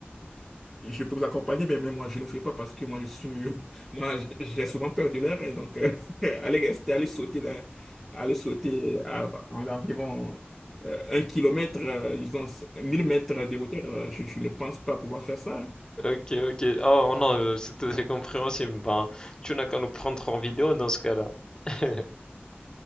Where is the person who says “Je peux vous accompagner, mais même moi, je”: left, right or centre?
Centre